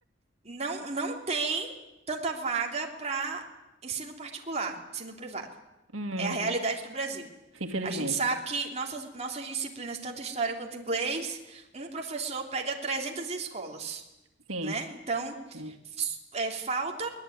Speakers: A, on the right; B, on the right.
A: não, não tem tanta vaga para ensino particular, ensino privado.
B: hum.
A: É a realidade do Brasil.
B: Infelizmente.
A: A gente sabe que nossas, nossas disciplinas, tanto história quanto inglês, um professor pega 300 escolas,
B: Sim,
A: né? Então,
B: sim.
A: s- é, falta